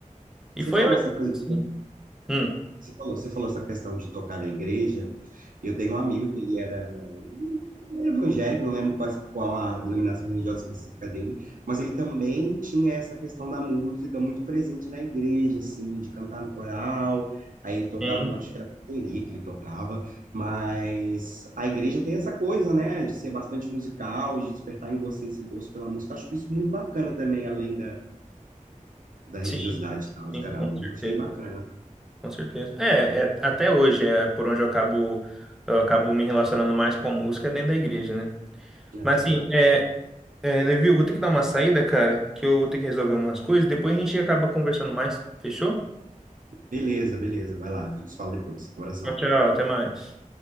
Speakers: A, in the centre; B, on the right.
A: E
B: Você
A: foi
B: falou
A: mais
B: essa
A: ou
B: coisa
A: menos
B: de,
A: assim. Hum,
B: você falou, você falou essa questão de tocar na igreja. Eu tenho um amigo que ele era evangélico, não lembro quais- qual, a denominação religiosa específica dele, mas ele também tinha essa questão da música muito presente na igreja, assim, de cantar no coral. Aí ele tocava,
A: sim,
B: não acho que era bateria que ele tocava, mas a igreja tem essa coisa, né, de ser bastante musical, de despertar em você esse gosto pela música. Acho isso muito bacana também, além da, da religiosidade
A: sim,
B: e tal, de
A: sim,
B: cada
A: com
B: um.
A: certeza.
B: Achei bacana,
A: Com certeza. É, é, até hoje é por onde eu acabo, eu acabo me relacionando mais com a música é dentro da igreja, né?
B: né?
A: Mas
B: Acho
A: assim, é, É, Levi, eu vou ter que dar uma saída, cara, que eu vou ter que resolver umas coisas. Depois a gente acaba conversando mais. Fechou?
B: Beleza, beleza. Vai lá, a gente se fala depois. Abração.
A: Tchau, tchau. Até mais.